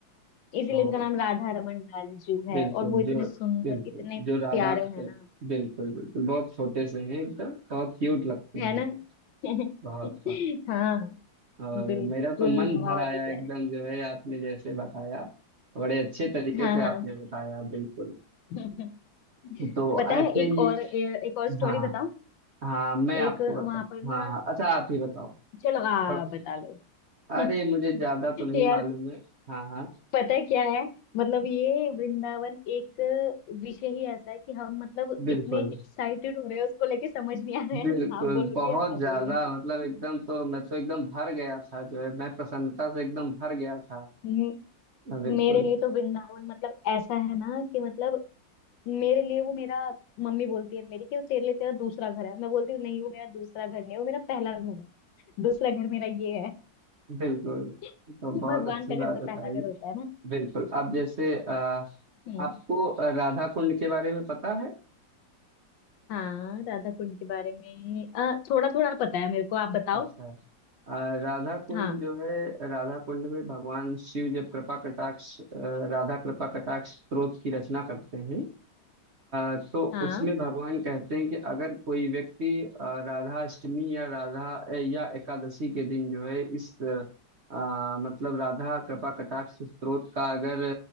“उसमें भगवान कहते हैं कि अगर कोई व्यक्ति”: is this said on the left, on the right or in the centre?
Right